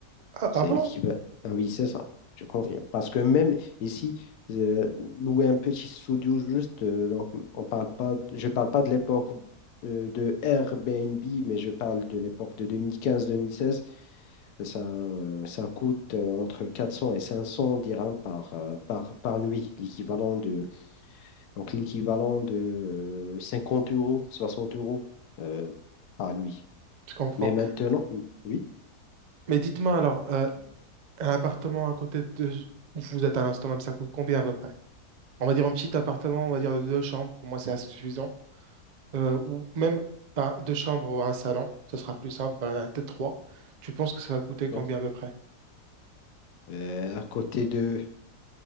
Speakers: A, on the right; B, on the left.
A: Ah,
B: C'est
A: ah bon?
B: l'équivalent. Ah Oui, c'est ça. Je confirme. Parce que même ici, euh, louer un petit studio juste, euh, donc on parle pas, de- je parle pas de l'époque euh, de Airbnb, mais je parle de l'époque de 2015-2016. Ça, euh, ça coûte euh, entre 400 et 500 dirhams par, euh, par, par nuit, l'équivalent de, donc l'équivalent de euh, 50 euros, 60 euros euh, par nuit.
A: Je comprends.
B: Mais maintenant, oui,
A: Mais dites-moi alors, euh, un appartement à côté de... où Vous êtes à l'instant même, ça coûte combien à peu près? on va dire un petit appartement, on va dire de deux chambres, pour moi c'est assez suffisant. Euh, ou même un- deux chambres ou un salon, ça sera plus simple, ben, peut-être trois. Tu penses que ça va coûter combien
B: bien.
A: à peu près?
B: Euh, à côté de,